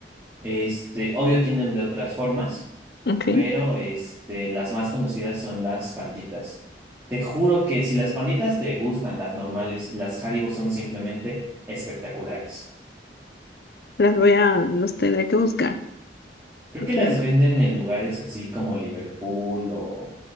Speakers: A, on the right; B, on the left.
A: Este, obvio tienen de otras formas,
B: Ok.
A: pero este, las más conocidas son las panditas. Te juro que si las panditas te gustan, las normales, las Haribo son simplemente espectaculares.
B: Las voy a, los tendré que buscar.
A: Creo
B: Lo
A: que
B: tendré
A: las
B: que-
A: venden en lugares así como Liverpool o